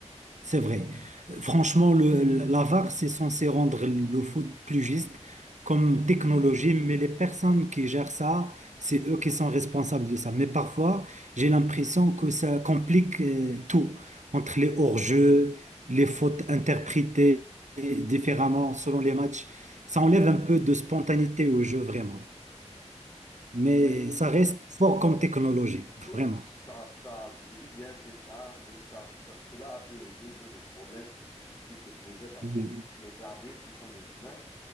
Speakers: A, on the right; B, on the left.
A: C'est vrai. Euh, Franchement, le, la VAR, c'est censé rendre le foot plus juste comme technologie, mais les personnes qui gèrent ça, c'est eux qui sont responsables de ça. Mais parfois, j'ai l'impression que ça complique euh, tout, entre les hors-jeux, les fautes interprétées différemment selon les matchs. Ça enlève un peu de spontanéité au jeu, vraiment. Mais
B: Oui,
A: ça reste fort comme technologie,
B: Oui,
A: vraiment.
B: ça, ça, je dis bien que ça, ça, ça- cela a pu résoudre des problèmes qui se posaient parce
A: Oui.
B: que les arbitres, ils sont des humains,